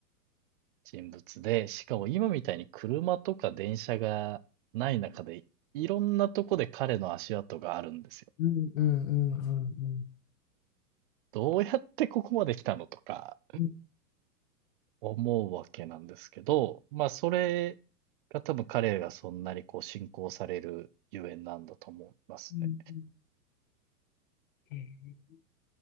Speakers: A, on the right; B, on the left.
A: 人物で、しかも今みたいに車とか電車がない中で、いろんなとこで彼の足跡があるんですよ。
B: うんうんうんうんうん。うん
A: どうやってここまで来たのとか、
B: うん
A: 思うわけなんですけど、まあそれが多分彼がそんなにこう信仰されるゆえんなんだと思いますね。
B: うんうんえー